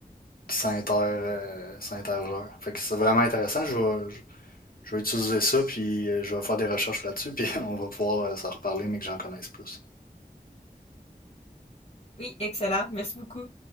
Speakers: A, on the left (about 65°); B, on the left (about 45°).
A: qui s'inter, euh, s'intergère. Fait que c'est vraiment intéressant. Je vais, je- je vais utiliser ça, puis euh, je vais faire des recherches là-dessus, <laughs> puis on va pouvoir euh, s'en reparler, mais que j'en connaisse plus.
B: Oui, excellent. Merci beaucoup.